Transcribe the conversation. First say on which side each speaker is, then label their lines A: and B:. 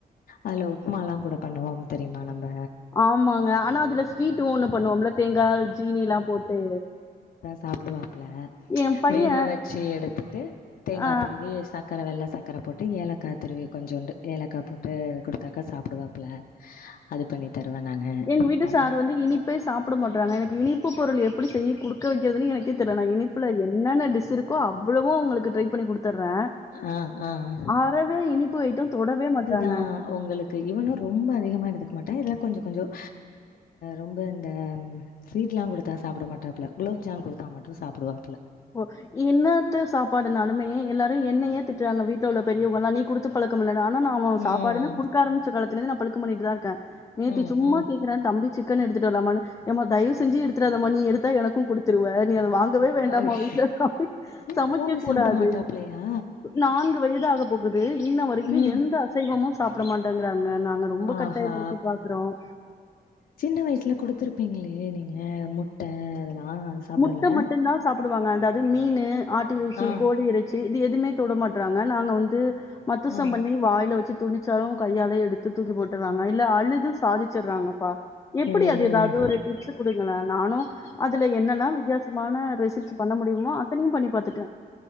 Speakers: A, on the left; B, on the left.
A: அதுல உப்புமா எல்லாம் கூட பண்ணுவோம் தெரியுமா நம்ப
B: ஆமாங்க ஆனா அதுல ஸ்வீட்டும் ஒண்ணு பண்ணுவோம்ல தேங்கா ஜீனி எல்லாம் போட்டு
A: சாப்பிடுவாப்ல
B: என் பையன்
A: வேக வச்சு எடுத்துட்டு தேங்காய்
B: அ
A: திருவி ஏ சர்க்கர வெள்ளை சக்கர போட்டு ஏலக்கா திருவி கொஞ்சோண்டு ஏலக்கா போட்டு கொடுத்தாக்கா சாப்பிடுவா ப்புல அது பண்ணி தருவேன் நானு
B: எங்க வீட்டு சார் வந்து இனிப்பே சாப் ப்ட மாட்டுறாங்க எனக்கு இனிப்பு பொருள் எப்படி செய்ய குடுக்க வைக்கிறதுனு எனக்கே தெர்ல நா இனிப்பல என்னென்ன டிஸ் இருக் கோ அவ்வளவு உங்களுக்கு ட்ரை பண்ணி கொடுத்தறேன்
A: ஆஹ் ஆஹ்
B: அறவே இனிப்பு ஐட்டம் தொடவே மாட்றாங்க
A: தான் உங்களுக்கு இவனும் ரொம்ப அதிகமாக எடுத்துக்க மாட்டேன் இல்ல கொஞ்சம் கொஞ்சம் ரொம்ப இந்த ஸ்வீட்லாம் குடுத்தா சாப்பட மாட்டாப்புல குலப்ஜாம் குடுத்தா சாப்படுவாப்புல
B: ஓ இன்னத்த சாப்பாடுனாலுமே எல்லாரும் என்ன ஏன் திட்டுறாங்க வீட்டுல உள்ள பெரியவங்கல்லாம் நீ குடுத்து பழக்கமில்லானு ஆனா நான் அவ
A: ம்.
B: சாப்பாடுன்னு குடுக்க ஆம்பிச்ச காலத்துலேந்து நான் பழுக்கம் பண்ணிட்டு தான் இருக்கேன் நேத்தி
A: ம்.
B: சும்மா
A: ம்.
B: கேக்குறான் தம்பி சிக் க்கனு எடுத்துட்டு வரலாமானு தயவு செஞ்சு எடுத்துராதம்மா நீ எடுத்த எனக்கும் கொடுத்துருவ நீ அதை வாங்கவே தாம
A: ஐஷ்!
B: வீட்டுல சமை
A: ஏன்
B: சமைக்க
A: கோழி
B: கூடாது
A: சாப்பிட மாட்டாப்லயா?
B: நான்கு வயதாக போகுது இன்ன வரைக்கும்
A: ம்.
B: எந்த அ சைவமும் சாப்பிட மாட்டேங்கிறாங்க நாங்க ரொம்ப
A: ஆஹா!
B: கட்டாயப்படுத்தி பாக்குறோம்
A: சின்ன வயசுல குடுத்துருப்பீங்ளே நீங்க முட்டை அதெல்லாம் சாப்பிடல?
B: முட்டை மட்டும் தான் சாப்பிடுவாங்க அதாவது மீனு ஆட்டு இறைச்சி
A: ஆ.
B: கோழி இறை சி இது எதுவுமே தொட மாட்டறாங்க நாங்க வந்து மத்தசம்
A: ஆ.
B: பண்ணி வாயில வச்சு துணிச்சாலும் கையால எடுத்து தூக்கி போட்டுறாங்க இல்ல அழுது சாதிச்சிறாங்கப்பா எப்படி
A: ஓ!
B: அது ஏதாவது ஒரு டிப்ஸ் கொடுங்களே நானும் அதுல நா வித்தியாசமான ரெசிப்ஸ் பண்ண முடியுமோ அத்தனையும் பண்ணி பாத்துட்டேன்